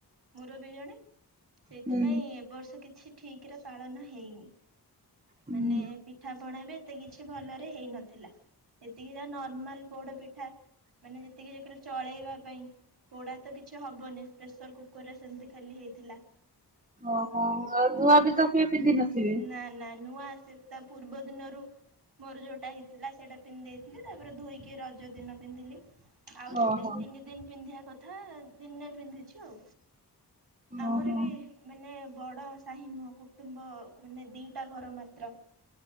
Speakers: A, on the right (about 75°); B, on the right (about 20°).
A: ମୁରବି ଜଣେ ସେଥିପାଇଁ
B: ହୁଁ
A: ଏବ ବର୍ଷ କିଛି ଠିକ ରେ ପାଳନ ହେଇନି,
B: ହୁଁ।
A: ମାନେ ପିଠା ପଣା, ଏବେ ଏତେ କିଛି ଭଲରେ ହେଇ ନଥିଲା, ଏତିକି ଯେ ନର୍ମାଲ ପୋଡ ପିଠା ମାନେ ଏତିକି ଯେ କାଲି ଚଳେଇବା ପାଇଁ ପୋଡା ତ କିଛି ହବନି, ପ୍ରେସର କୁକର୍ ରେ ସେମତି ଖାଲି ହେଇଥିଲା।
B: ଓହୋ, ଆଉ ନୂଆ ବି ତ କିଏ ପିନ୍ଧି ନଥିବେ?
A: ନା ନା ନୂଆ ସେ ତା ପୂର୍ବ ଦିନରୁ ମୋର ଯୋଉଟା ହେଇଥିଲା, ସେଇଟା ପିନ୍ଧି ଦେଇେଥିଲି ତାପରେ ଧୋଇକି ରଜ ଦିନ ପିନ୍ଧିଲି। ଆଉ ଦି
B: ଓହୋ।
A: ଦିନ, ତିନି ଦିନ, ପିନ୍ଧିବା କଥା, ଦିନେ ପିନ୍ଧିଛି ଆଉ ଆମର
B: ଓହୋ।
A: ବି ମାନେ ବଡ ସାହି ନୁହଁ, କୁଟୁମ୍ବ ମାନେ ଦିଟା ଘର ମାତ୍ର